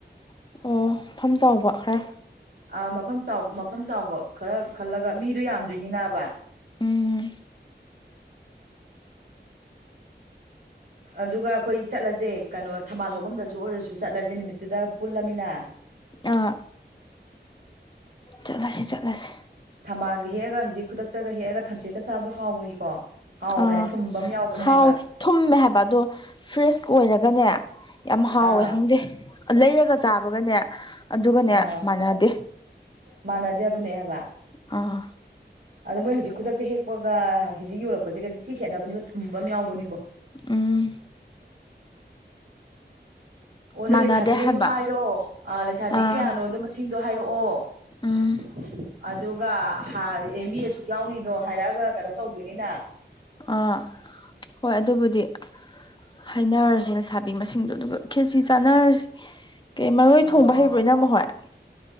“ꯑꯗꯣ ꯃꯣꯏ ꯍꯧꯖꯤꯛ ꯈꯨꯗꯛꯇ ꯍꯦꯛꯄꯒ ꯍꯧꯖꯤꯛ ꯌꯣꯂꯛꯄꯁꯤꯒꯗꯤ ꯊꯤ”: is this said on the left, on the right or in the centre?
Right